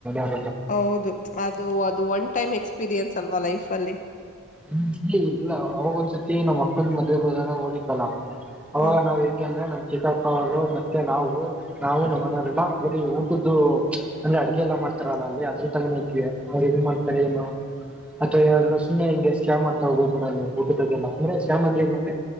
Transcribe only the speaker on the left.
ಹೌದು ಅದು ಅದು ಒನ್ ಟೈಮ್ ಎಕ್ಸ್ಪೀರಿಯನ್ಸ್. ಅಲ್ವಾ ಲೈಫ್ ಅಲ್ಲಿ
ಹ